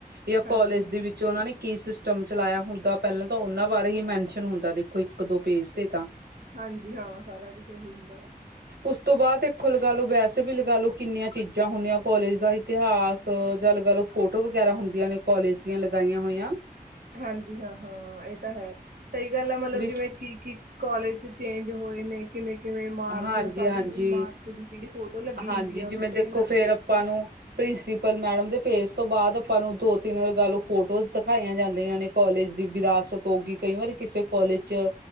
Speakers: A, on the right; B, on the right.
A: ਯਾ
B: ਹਾਂਜੀ
A: ਕੋਲੇਜ
B: ਹਾਂ
A: ਦੇ ਵਿੱਚ ਚ ਓਨਾਂ ਨੇ ਕੀ ਸਿਸਟਮ ਚਲਾਏਆ ਹੁੰਦਾ ਪੈਲਾਂ ਤਾਂ ਉਨਾਂ ਬਾਰੇ ਹੀ ਮੈਨਸ਼ਨ ਹੁੰਦਾ ਦੇਖੋ ਇੱਕ ਦੋ ਪੇਜ ਤੇ ਤਾਂ।
B: ਹਾਂਜੀ, ਹਾਂ ਸਾਰਾ ਕੁੱਛ ਓਹੀ ਹੁੰਦੈ।
A: ਉਸ ਤੋ ਬਾਦ ਦੇਖੋ ਲਗਾ ਲੋ, ਵੈਸੇ ਵੀ ਲਗਾ ਲੋ ਕਿੰਨੀਆਂ ਚੀਜ਼ਾਂ ਹੁੰਦੀਆਂ ਕੋਲੇਜ ਦਾ ਇਤਿਹਾਸ ਜਾ ਲ ਗਾਲੋ ਫੋਟੋ ਵਗੈਰਾ ਹੁੰਦੀਆਂ ਨੇ ਕੋਲੇਜ ਦੀਆਂ ਲਗਾਈਆਂ ਹੋਈਆਂ।
B: ਹਾਂਜੀ ਹਾਂ-ਹਾਂ, ਏ ਤਾਂ ਹੈ, ਸਈ ਗਾੱਲ ਐ ਮਤਲਬ
A: ਵੀ
B: ਜਿਵੇਂ ਕੀ-ਕੀ ਕੋਲੇਜ ਚ ਚੇਂਜ ਹੋਏ ਨੇ ਕਿਵੇਂ-ਕਿਵੇਂ ਇਮਾਰਤ,
A: ਹਾਂਜੀ
B: ਸਾਰੀ
A: ਹਾਂਜੀ
B: ਇਮਾਰਤ ਦੀ ਜੇੜੀ ਫੋਟੋ ਲੱਗੀ
A: ਹਾਂਜੀ
B: ਹੁੰਦੀ ਐ ਓਦੇ
A: ਜਿਵੇਂ ਦੇਖੋ
B: ਤੇ ਨਾ
A: ਫੇਰ ਆਪਾਂ ਨੂੰ ਪ੍ਰਿੰਸੀਪਲ ਮੈਡਮ ਦੇ ਪੇਜ ਤੋ ਬਾਦ ਅਪਾਂ ਨੂੰ ਦੋ-ਤਿੰਨ ਵ ਲਗਾ ਲੋ ਫੋਟੋਜ਼ ਦਖਾਈਆਂ ਜਾਂਦੀਆਂ ਨੇ। ਕੋਲੇਜ ਦੀ ਵਿਰਾਸਤ ਹੋਗੀ, ਕਈ ਵਾਰ ਕਿਸੇ ਕੋਲੇਜ ਚ